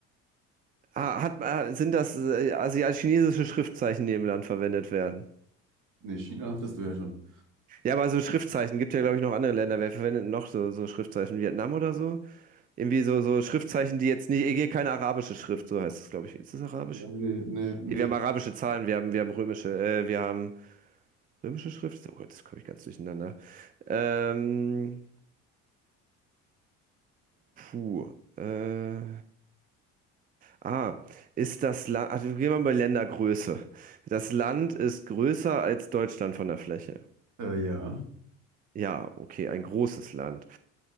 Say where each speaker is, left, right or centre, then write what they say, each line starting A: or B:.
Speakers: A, on the right; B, on the right.
A: ah, hat, ah, sind das äh, asiatisch-chinesische Schriftzeichen, die im Land verwendet werden?
B: China hattest du ja schon.
A: Ja, aber so Schriftzeichen gibt ja, glaube ich, noch andere Länder. Wer verwendet noch so, so Schriftzeichen? Vietnam oder so? Irgendwie so, so Schriftzeichen, die jetzt nicht, hier keine arabische Schrift, so heißt es, glaube ich. Ist das arabisch?
B: Ja, nee, nee, nee.
A: Ja, Wir haben arabische Zahlen, wir haben, wir haben römische, äh, wir haben römische Schrift. Oh Gott, das komme ich ganz durcheinander. Ähm, Puh. Äh, ah, ist das Land, also gehen wir mal bei Ländergröße. Das Land ist größer als Deutschland von der Fläche.
B: Äh, ja.
A: Ja, okay, ein großes Land.